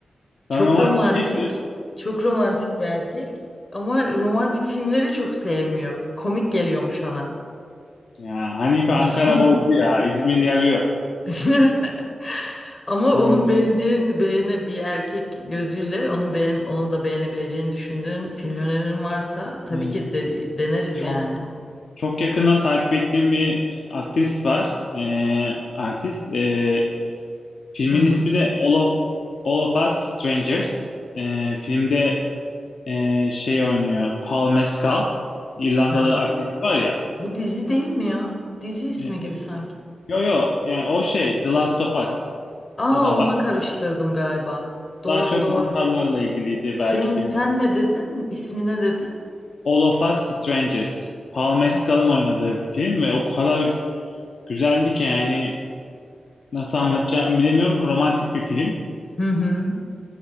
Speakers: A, on the left (about 45°); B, on the left (about 70°).
A: Çok
B: Ben romantik
A: romantik.
B: değil diyorum.
A: Çok romantik bir erkek. Ama romantik filmleri çok sevmiyor. Komik geliyormuş ona.
B: Ya Hanife Ankara
A: <laughs>
B: bozdu ya. İzmir yarıyor.
A: <laughs> Ama
B: Yani,
A: onun beğeneceğin beğene bir erkek gözüyle onun beğen onun da beğenebileceğini düşündüğün film önerin varsa tabii
B: e,
A: ki de- deneriz
B: çok
A: yani.
B: çok yakından takip ettiğim bir aktrist var. E, artist. E, filmin
A: Hı hı.
B: ismi de All of, All of Us Strangers. E, filmde e, şey oynuyor. Paul Mescal. İrlandalı
A: Hı hı.
B: aktivist var ya.
A: Bu dizi değil mi ya? Dizi ismi
B: E,
A: gibi sanki.
B: yo yo yani o şey The Last of Us.
A: Aa
B: O da
A: onunla
B: var.
A: karıştırdım galiba. Doğru
B: Daha çok
A: doğru.
B: mantarlarla ilgiliydi
A: Sen
B: belki
A: sen
B: bilir.
A: ne dedin? İsmi ne dedin?
B: All of Us Strangers. Paul Mescal'ın
A: Ha.
B: oynadığı bir film ve o kadar güzeldi ki yani nasıl anlatacağımı bilemiyorum. Romantik bir film.
A: Hı hı.